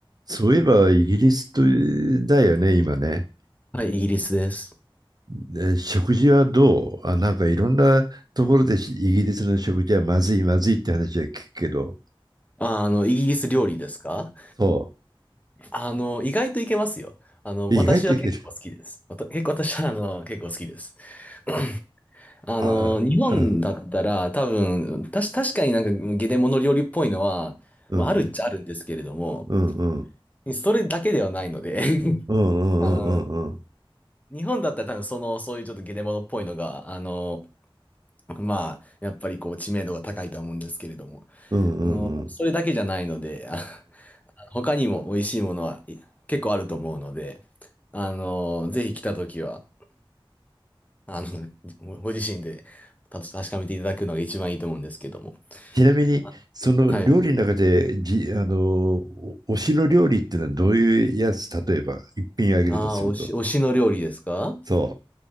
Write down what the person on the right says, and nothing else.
そういえば、イギリスとだよね、今ね。
で食事はどうあ、なんかいろんなところでしイギリスの食事はまずい、まずいって話は聞くけど、
そ
う。意外といける。
あ、
うん、
うん、
うん、うん、
うん、うん、
うん、うん、
うん、うん、
うん、
ちなみに、
その料理の中で、
じ、あの、お推しの料理っていうのはどういうやつ、例えば、一品あげるとすると。
そ